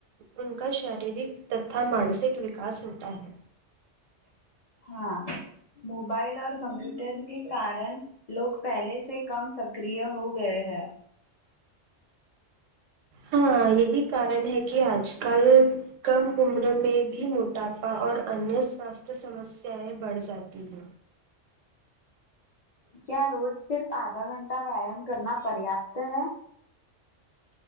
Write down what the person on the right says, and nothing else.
ان کا شارییرک تک کا مانسک وکاس ہوتا ہے
ہاں یہی کارن ہے کہ آج کل کم عمر میں بھی مو ٹاپا اور انیہ سواستھ سمسیایں بڑھ جاتی ہیں